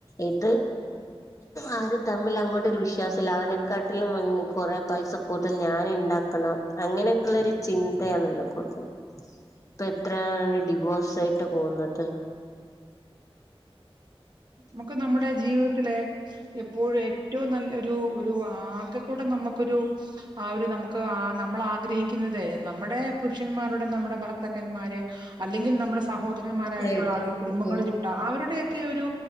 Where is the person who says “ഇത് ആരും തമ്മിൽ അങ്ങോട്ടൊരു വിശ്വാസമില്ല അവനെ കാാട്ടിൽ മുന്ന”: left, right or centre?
Left